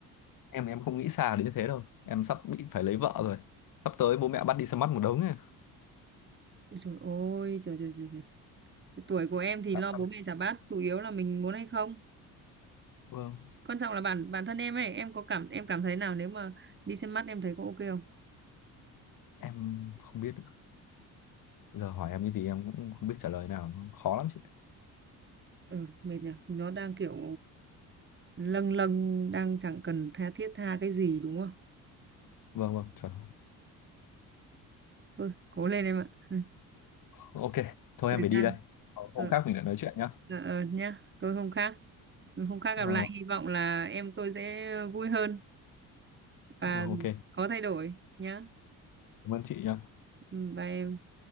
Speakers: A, on the left; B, on the right.
A: Em em không nghĩ xa đến như thế đâu. Em sắp bị phải lấy vợ rồi. Sắp tới bố mẹ bắt đi xem mắt một đống ấy.
B: Ôi trời ơi trời trời trời, trời. Cái tuổi của em thì
A: Dạ,
B: lo
A: dạ.
B: bố mẹ chả bắt chủ yếu là mình muốn hay không
A: Vâng.
B: quan trọng là bản bản thân em ấy em có cảm em cảm thấy nào nếu mà đi xem mắt em thấy có ok không
A: Em không biết. nữa. Giờ hỏi em cái gì em cũng không biết trả lời nào. Nó Khó lắm chị.
B: ừ, mệt nhỉ nó đang kiểu lâng lâng đang chẳng cần tha thiết tha cái gì đúng không
A: Vâng vâng. Chuẩn.
B: thôi cố lên em ạ Ừ,
A: Ok. Thôi
B: thời
A: em phải đi
B: gian
A: đây. Hôm
B: ờ,
A: khác mình lại nói chuyện nhá.
B: ờ, ờ, nhá tôi không khác không khác
A: Vâng.
B: gặp lại hy vọng là em tôi sẽ vui hơn và
A: vâng, Vâng, Ok.
B: có thay đổi nhá
A: Cảm ơn chị nhá.
B: Ừ, bye em